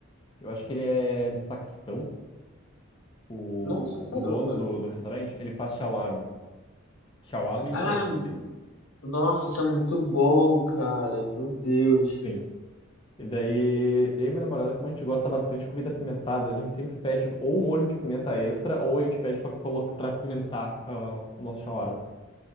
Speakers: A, on the left; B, on the left.
A: eu acho que ele é do Paquistão, o,
B: Nossa, caramba.
A: o dono do, do restaurante, ele faz shawarma. Shawarma e
B: Ah,
A: kebab.
B: nossa, isso é muito bom, cara. Meu Deus.
A: Sim. E daí, eu e minha namorada, como a gente gosta bastante de comida apimentada, a gente sempre pede ou molho de pimenta extra, ou a gente pede pra, colo- pra apimentar ah, o nosso shawarma.